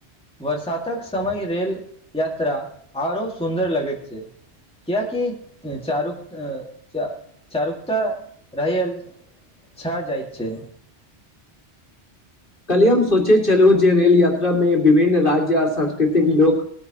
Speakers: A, in the centre; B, on the left.
A: वर्षातक समय रेल यात्रा आरो सुन्दर लगैत छै। किएकि चारुक्त च चारुकता रहैए। छा जाइत छै।
B: कलहिये हम सोचैत छलु जे रेल यात्रामे विभिन्न राज्य आ सांस्कृतिक लोक।